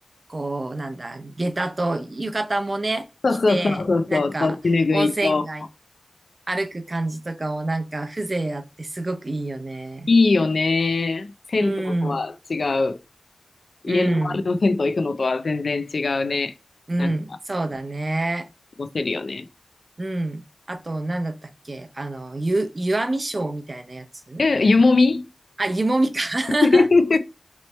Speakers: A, on the right (about 60°); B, on the left (about 65°).
A: こう、なんだ、下駄と浴衣もね、
B: そうそうそうそうそう、
A: 着て、なんか、
B: と手ぬぐいと。
A: 温泉街歩く感じとかもなんか、風情あってすごくいいよね。
B: いいよね。銭湯とは違う。
A: うん、
B: 家の周りの銭湯行くのとは全然違うね。
A: うん、うん、
B: なんか、
A: そうだね。
B: 過ごせるよね。
A: うん。あと、なんだったっけあの、ゆ、湯あみショーみたいなやつ
B: え、湯もみ
A: あ、湯もみか。<laughs>
B: <laughs>